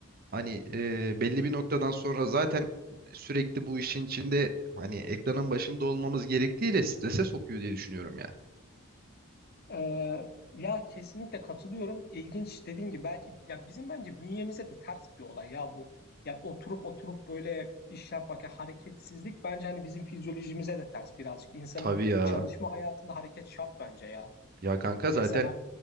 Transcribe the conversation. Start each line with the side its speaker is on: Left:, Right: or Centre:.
Right: hani e, belli bir noktadan sonra zaten sürekli bu işin içinde hani ekranın başında olmamız gerektiğiyle strese sokuyor diye düşünüyorum ya.
Left: Ee, ya kesinlikle katılıyorum. İlginç dediğin gibi belki ya bizim bence bünyemize de ters bir olay ya bu. Yani oturup oturup böyle iş yapmak ya hareketsizlik bence hani bizim fizyolojimize de ters birazcık. İnsanın
Right: Tabii ya.
Left: çalışma hayatında hareket şart bence ya.
Right: Ya kanka
Left: Mesela
Right: zaten